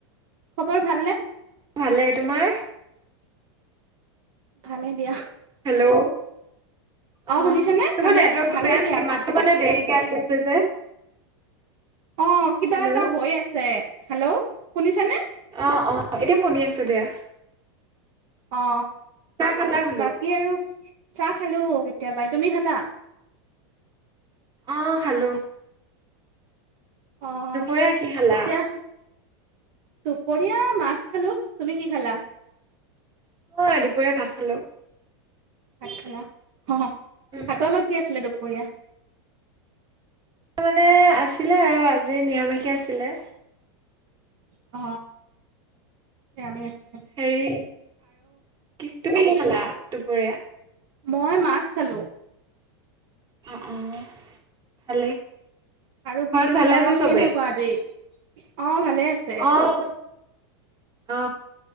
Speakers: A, on the right; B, on the right.
A: খবৰ ভালনে
B: ভালে তোমাৰ
A: ভালে দিয়া
B: হেল্ল' অ তোমাৰ
A: অ শুনিছানে ভালে
B: নেটৱৰ্কটো
A: ভালে
B: বেয়া
A: দিয়া
B: নেকি মাততো মানে দে কে আহি আছে যে <unintelligible>
A: অ কিবা
B: হেল্ল'
A: এটা হৈ আছে হেল্ল' শুনিছানে
B: অ অ এতিয়া শুনি আছো দিয়া
A: অ
B: চাহ খালা বোলো
A: বাকী আৰু চাহ খালো কেতিয়াবাই তুমি খালা
B: অ খালো
A: অ এতিয়া
B: দুপৰীয়া কি খালা
A: দুপৰীয়া মাছ খালো তুমি কি খালা
B: অ দুপৰীয়া ভাত খালো
A: ভাত খালা অ
B: উম
A: ভাতৰ লগত কি আছিলে দুপৰীয়া
B: মানে আছিলে আৰু আজি নিৰামিষে আছিলে
A: অ এ আমি আছো
B: হেৰি কি তুমি কি খালা দুপৰীয়া
A: মই মাছ খালোঁ
B: অ অ ভালে
A: আৰু
B: ঘৰত
A: গৰম
B: আছে চবে
A: কেনেকুৱা আজি অ ভালে আছে
B: অ', অ